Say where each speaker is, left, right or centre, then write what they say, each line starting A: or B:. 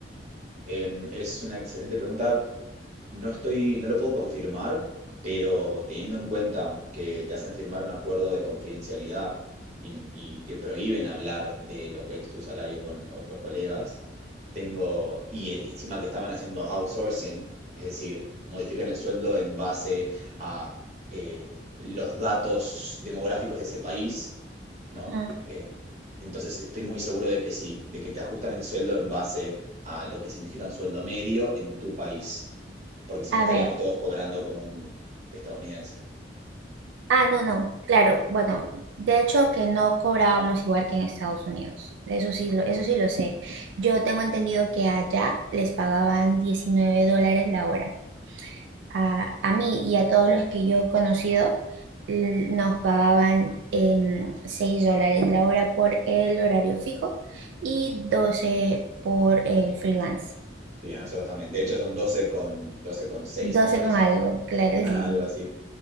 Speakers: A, on the right (about 40°); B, on the right (about 80°).
A: Em, es una excelente pregunta. No estoy, no lo puedo confirmar, pero teniendo en cuenta que te hacen firmar un acuerdo de confidencialidad y, y te prohíben hablar de lo que es tu salario con otros colegas, tengo, y e- encima que estaban haciendo outsourcing, es decir, modifican el sueldo en base a eh, los datos demográficos de ese país, ¿no?
B: Ujú.
A: Eh, entonces estoy muy seguro de que sí, de que te ajustan el sueldo en base a lo que significa un sueldo medio en tu país porque si
B: A
A: no estaríamos
B: ver.
A: todos cobrando como un estadounidense.
B: Ah, no, no, claro, bueno, de hecho que no cobrábamos igual que en Estados Unidos, eso sí, lo, eso sí lo sé. Yo tengo entendido que allá les pagaban 19 dólares la hora. A, a mí y a todos los que yo he conocido l- nos pagaban em, 6 dólares la hora por el horario fijo y 12 por el freelance.
A: Sí, a nosotros también. De hecho, son doce con, doce con seis
B: doce
A: me parece.
B: con algo, claro,
A: <laughs>
B: sí,
A: Algo
B: sí.
A: así.